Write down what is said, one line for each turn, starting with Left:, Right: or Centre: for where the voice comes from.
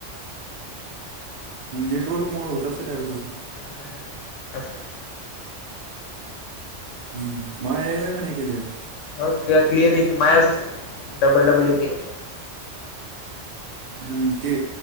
Right: नेटवर्क मुळं होत असेल आर तसं.
Left: हम्म, असं
Right: हम् मा यायला का नाही क लियर
Left: तुला क्लिअर येते मायाच डबल डबल येते.
Right: हम्म ते